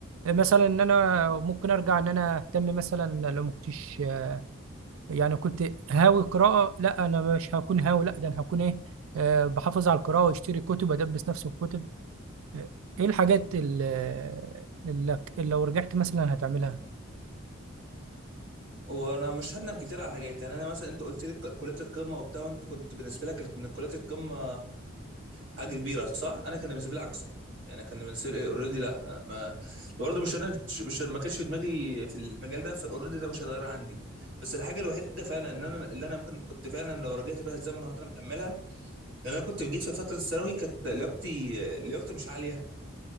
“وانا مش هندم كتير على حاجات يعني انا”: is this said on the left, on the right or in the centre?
Right